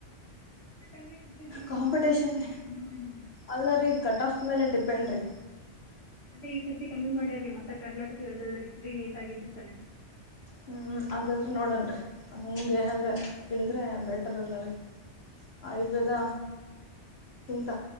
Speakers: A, on the left; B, on the left.
A: ಕಟ್ಟ ನೀನ್ಐತಿ
B: ಕಾಂಪಿಟೇಷನ್
A: ಕ ಕಮ್ಮಿ ಮಾಡ್ರರಿ
B: ಅಲ್ಲ ರೀ ಕಟ್ ಆಫ್ ಮೇಲೆ ಡಿಪೆಂಡ್ ರಿ
A: ಅದೇ ಈ ಸರ್ತಿ ಕಮ್ಮಿ ಮಾಡ್ಯಾರೀ ಮತ್ತ ಕರ್ನಾಟಕ ಇದ್ರಿ ರೀ ನೀಟ್ ಆಗಿದ್ರಿ ಸಲೇಂದ
B: ಹ್ಞ ಹಾಗಾದ್ರೆ ನೋಡೋಣ ರೀ ಹಗೆೇನಾದರೆ ಇಳಿದ್ರೆ ಬೆಟರ್ಲ್ಲ ರೀ ಆಯುರ್ವೇದ ಕ್ಕಿಂತ